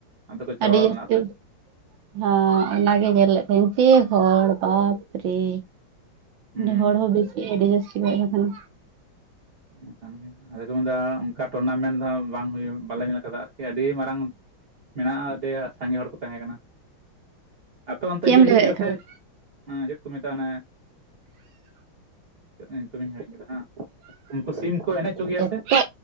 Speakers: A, on the right; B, on the right.
A: ᱟᱫᱚ ᱠᱚ ᱪᱟᱞᱟᱣ
B: ᱟᱹᱰᱤ ᱡᱟᱹᱥᱛᱤ
A: ᱞᱮᱱᱟ
B: ᱦᱮ ᱚ ᱜᱮ ᱧᱮᱞ ᱮᱫ ᱛᱟᱦᱮᱱ ᱯᱮ ᱦᱚᱲ ᱵᱟᱯ ᱨᱮ
A: ᱦᱩᱸ
B: ᱱᱮ ᱦᱚᱲ ᱦᱚᱸ ᱵᱮᱥ ᱴᱤ <unintelligible>
A: ᱚᱱᱠᱟᱱ ᱜᱮ ᱟᱫᱚ ᱠᱚ ᱢᱮᱱ ᱮᱫᱟ ᱚᱱᱠᱟ ᱴᱩᱨᱱᱟᱢᱮᱱᱴ ᱫᱚᱜ ᱵᱟᱝ ᱦᱩᱭᱩᱜ ᱵᱟᱞᱮ ᱧᱮᱞ ᱠᱟᱫᱟ ᱟᱨᱠᱤ ᱟᱹᱰᱤ ᱢᱟᱨᱟᱝ ᱢᱮᱱᱟᱜᱼᱟ ᱟᱹᱰᱤ ᱥᱟᱸᱜᱮ ᱦᱚᱲ ᱠᱚ ᱛᱟᱦᱮᱸ ᱠᱟᱱᱟ ᱟᱯᱮ ᱚᱱᱛᱮ
B: ᱪᱮᱫ
A: ᱤᱭᱟᱹ
B: ᱮᱢ
A: ᱦᱩᱭᱩᱜ
B: ᱞᱟᱹᱭᱮᱫ
A: ᱜᱮᱭᱟ ᱥᱮ
B: ᱛᱟᱦᱮᱸ
A: ᱪᱮᱫ ᱠᱚ ᱢᱮᱛᱟᱜᱼᱟ ᱚᱱᱮ ᱪᱮᱱ ᱧᱩᱛᱩᱢ ᱤᱧ ᱦᱤᱲᱤᱧ ᱠᱟᱫᱟ ᱦᱟᱸᱜ ᱩᱱᱠᱩ ᱥᱤᱢ ᱠᱚ ᱮᱱᱮᱡ ᱦᱚᱪᱚ ᱜᱮᱭᱟ
B: ᱮᱛᱚ
A: ᱥᱮ